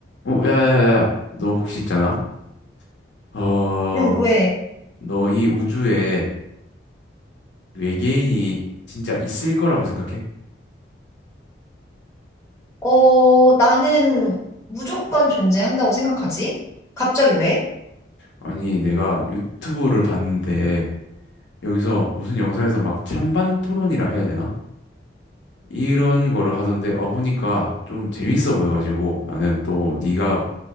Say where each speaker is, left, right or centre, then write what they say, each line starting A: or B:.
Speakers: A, on the left; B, on the left.
A: 어, 야야야, 너 혹시 있잖아? 어,
B: 응, 왜?
A: 너 이 우주에 외계인이 진짜 있을 거라고 생각해?
B: 어, 나는 무조건 존재한다고 생각하지? 갑자기 왜?
A: 아니, 내가 유튜브를 봤는데 여기서 무슨 영상에서 막 찬반 토론이라 해야 되나? 이런 거를 하던데 어 보니까 좀 재밌어 보여가지고 나는 또 네가